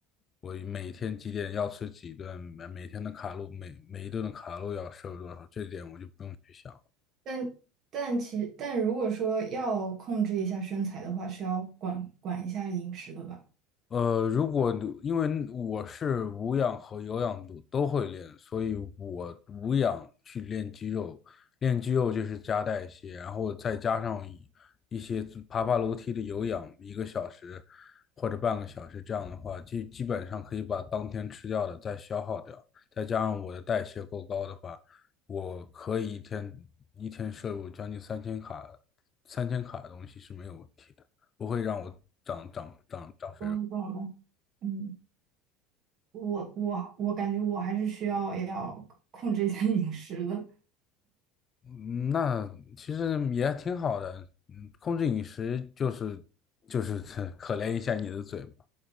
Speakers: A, on the left (about 35°); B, on the right (about 45°).
A: 我每天几点要吃几顿，每每天的卡路每每一顿的卡路要摄入多少，这点我就不用去想了。
B: 但但其但如果说要控制一下身材的话，是要管管一下饮食的吧？
A: 呃，如果因为我是无氧和有氧都都会练，所以我无氧去练肌肉，练肌肉就是加代谢，然后再加上一一些爬爬楼梯的有氧，一个小时或者半个小时，这样的话，基基本上可以把当天吃掉的再消耗掉，再加上我的代谢够高的话，我可以一天一天摄入将近三千卡，三千卡的东西是没有问题的，不会让我长长长长肥肉。
B: 懂了，懂了。嗯，我我我感觉我还是需要要控制一下饮食的。
A: 嗯那其实也挺好的，嗯，控制饮食就是就是可可怜一下你的嘴嘛，